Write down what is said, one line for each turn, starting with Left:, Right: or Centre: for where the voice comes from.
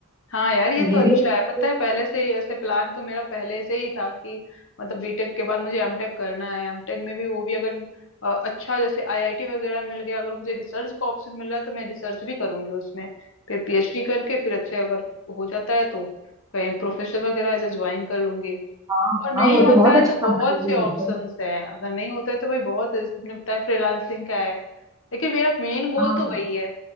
Left: हाँ यार ये
Right: तो ये
Left: तो अच्छा
Right: भी अच्छा
Left: है पता
Right: है।
Left: है पहले से ही ऐसे प्लान तो मेरा पहले से ही था कि मतलब बीटेक के बाद मुझे एमटेक करना है एमटेक में भी वो भी अगर अ, अच्छा जैसे आईआईटी वगैरह मिल गया अगर मुझे रिसर्च का ऑप्शन मिल रहा है तो मैं रिसर्च भी करूंगी उसमें फिर पीएचडी करके फिर अच्छे अगर हो जाता है तो कहीं प्रोफेसर वगैरह ऐसे ज्वाइन कर लूंगी
Right: हाँ
Left: और नहीं
Right: हाँ वो तो
Left: होता
Right: बहुत
Left: है
Right: अच्छा
Left: तो बहुत
Right: कंफर्टेबल
Left: से ऑप्शंस
Right: होता है
Left: हैं अगर नहीं होता है तो भाई बहुत है तुमने बताया फ्रीलांसिंग का है लेकिन मेरा मेन गोल
Right: हाँ
Left: तो वही है